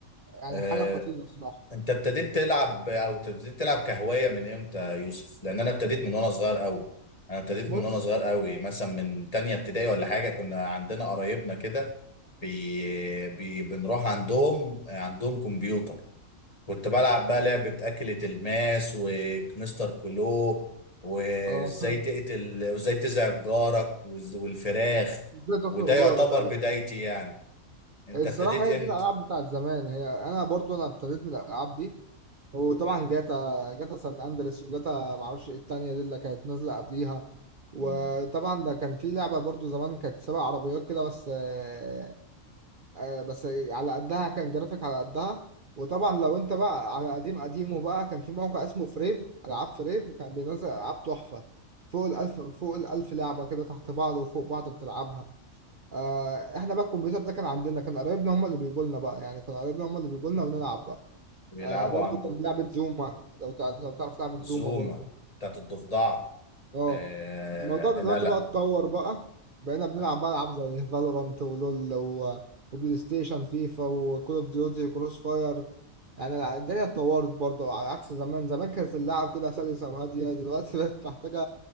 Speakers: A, on the right; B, on the left.
A: يعني
B: اه
A: حاجه خطيره الصراحه
B: انت ابتديت تلعب او ابتديت تلعب كهوايه من امتى يا يوسف لان انا ابتديت من وانا صغير قوي انا ابتديت
A: بص
B: من وانا صغير قوي مثلا من تانية ابتدائي ولا حاجه كنا عندنا قرايبنا كده بي... بي... بنروح عندهم عندهم كمبيوتر كنت بلعب بقى لعبه اكله الماس ومستر كلو وازاي
A: اه <laughs>
B: تقتل وازاي تزعج جارك وز- والفراخ
A: ازاي تخنق
B: وده يعتبر
A: جارك
B: بدايتي يعني انت
A: الصراحة
B: ابتديت
A: هي
B: امتى
A: دي الألعاب بتاعت زمان هي أنا برضو أنا ابتديت من الألعاب دي وطبعا جاتا جاتا سان أندريس وجاتا معرفش إيه التانية دي اللي كانت نازلة قبليها وطبعا
B: مم.
A: ده كان في لعبة برضو زمان كانت سبع عربيات كده بس آه، آه، بس على قدها كان جرافيك على قدها وطبعا لو أنت بقى على قديم قديمه بقى كان في موقع اسمه فريف ألعاب فريف كان بينزل ألعاب تحفة فوق الألف فوق الألف لعبة كده تحت بعض وفوق بعض بتلعبها آه احنا بقى الكمبيوتر ده كان عندنا كان قرايبنا هم اللي بيجوا لنا بقى يعني كان قرايبنا هم اللي بيجوا لنا ونلعب بقى
B: بيلعبوا
A: آه برضو
B: عندهم
A: كان لعبة زوما لو تع- لو تعرف لعبة
B: زوما
A: زوما برضو
B: بتاعت الضفدعة
A: اه
B: آه
A: الموضوع ده دلوقتي
B: لا لا
A: بقى اتطور بقى بقينا بنلعب
B: آه
A: بقى العاب زي فالورانت ولول و- وبلاي ستيشن فيفا وكول اوف ديوتي كروس فاير يعني الدنيا اتطورت برضه على عكس زمان زمان كانت اللعب كده سلسة وهادية دلوقتي بقت محتاجة